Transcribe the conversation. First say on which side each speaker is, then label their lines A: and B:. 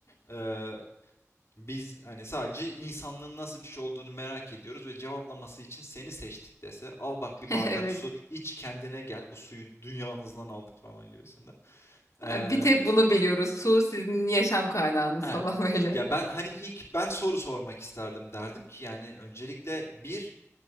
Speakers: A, on the left (about 60°); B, on the left (about 85°).
A: Ee, biz hani sadece insanlığın nasıl bir şey olduğunu merak ediyoruz ve cevaplaması için seni seçtik dese al bak
B: <laughs>
A: bir bardak
B: Evet.
A: su iç kendine gel bu suyu dünyanızdan aldık falan gibisinde. Ee,
B: Bir tek bunu biliyoruz. Su sizin yaşam kaynağınız
A: heh.
B: falan böyle.
A: Ya ben hani ilk ben soru sormak isterdim derdim ki yani öncelikle bir